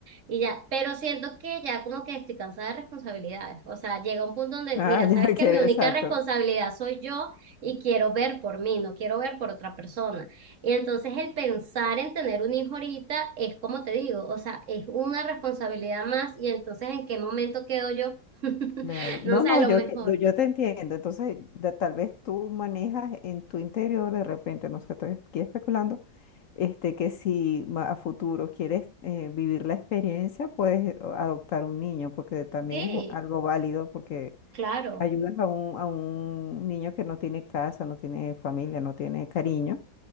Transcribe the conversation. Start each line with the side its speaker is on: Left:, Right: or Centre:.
Right: y ya, pero siento que ya como que estoy cansada de responsabilidades. O sea, llega un punto donde,
Left: ah,
Right: mira,
Left: <laughs> ya
Right: sabes que
Left: quiere,
Right: mi única
Left: exacto,
Right: responsabilidad soy yo y quiero ver por mí, no quiero ver por otra persona. Y entonces el pensar en tener un hijo ahorita es como te digo, o sea, es una responsabilidad más y entonces ¿en qué momento quedo yo? <laughs>
Left: Claro, no,
Right: No sé,
Left: no,
Right: a lo
Left: yo,
Right: mejor.
Left: que- no, yo te entiendo. Entonces, da- tal vez tú manejas en tu interior de repente, no sé, estoy aquí especulando, este, que si ma- a futuro quieres eh, vivir la experiencia, puedes o, adoptar un niño, porque también
Right: Sí,
Left: es u- algo válido, porque
Right: claro.
Left: ayudas a un, a un niño que no tiene casa, no tiene familia, no tiene cariño.